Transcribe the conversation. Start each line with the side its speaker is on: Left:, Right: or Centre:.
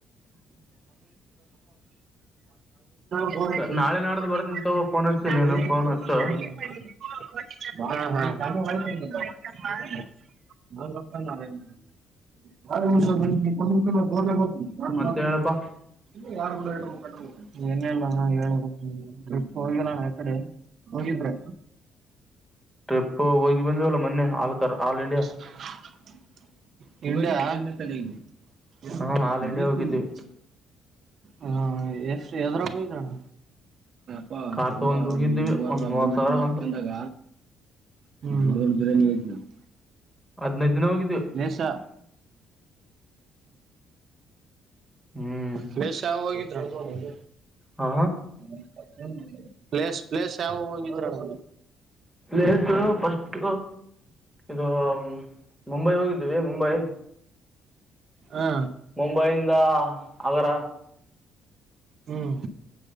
Right: <unintelligible> <unintelligible> <unintelligible>
Centre: ಸರ್ ನಾಳೆ ನಾಡ್ದು ಬರ್ತೀನಿ ತಗೋ ಫೋನ್ ಹಚ್ಚು ನೀನು ಫೋನ್ ಹಚ್ಚು
Right: <unintelligible> <unintelligible> <unintelligible>
Centre: ಮತ್ತೆ ಹೇಳಪ್ಪ
Right: ಏನಿಲ್ಲ ಅಣ್ಣ ಹೇಳಬೇಕು ನೀನೇ ಟ್ರಿಪ್ ಹೋಗಿಲ್ಲ ಅಣ್ಣ ಯಾವಕಡೆ ಹೋಗಿದ್ರೆ
Centre: ಟ್ರಿಪ್ ಹೋಗಿ ಬಂದವಲ್ಲ ಮೊನ್ನೆ ಆಲ್ ಕರ್ ಆಲ್ ಇಂಡಿಯಾ
Right: <unintelligible>
Centre: ಹಾ ಆಲ್ ಇಂಡಿಯಾ ಹೋಗಿದ್ವಿ
Right: ಹ ಎಷ್ಟು ಎದ್ರಾಗ ಹೋಗಿದಣ್ಣ ಪ್ಪಾ
Centre: ಕಾರ್
Right: ಎಲ್ಲ
Centre: ತಗೊಂಡ್ ಹೋಗಿದ್ವಿ
Right: ಮೂವರದು
Centre: ಒಂದ್
Right: ಅಗ್ರಿಮೆಂಟ್
Centre: ಮೂವತ್ ಸಾವಿರ
Right: ಮಾಡ್ಕಂದಾಗ
Centre: ಬಂತು
Right: ಹ್ಮ್
Centre: ಹದ್ನೈದ್ ದಿನ ಹೋಗಿದ್ವಿ
Right: ಪ್ಲೇಸ್
Centre: ಹ್ಮ್
Right: ಪ್ಲೇಸ್ ಯಾವಯವ ಹೋಗಿದ್ರಣ್ಣ
Centre: ಹಾ
Right: ಎಸ್ಟ್ ಪ್ಲೇಸ್ ಪ್ಲೇಸ್ ಯಾವ ಹೋಗಿದ್ರಣ್ಣ
Centre: ಪ್ಲೇಸ್ ಫಸ್ಟ್ ಇದು ಮುಂಬೈ ಹೋಗಿದ್ದೇವಿ ಮುಂಬೈ
Right: ಹಾ
Centre: ಮುಂಬೈಯಿಂದ ಅಗರ
Right: ಹ್ಮ್